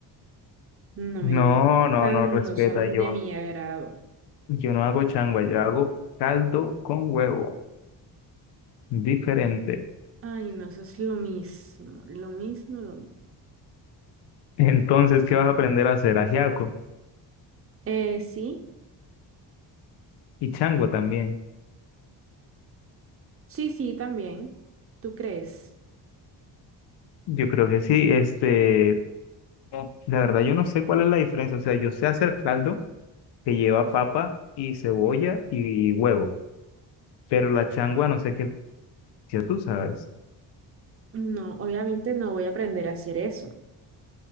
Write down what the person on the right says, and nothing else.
no
me gustan,
no son
de mi agrado.
Ay, no, eso es lo mismo, lo mismo, lo mismo.
Eh, sí,
sí, sí, también. ¿Tú crees?
No, obviamente no voy a aprender a hacer eso.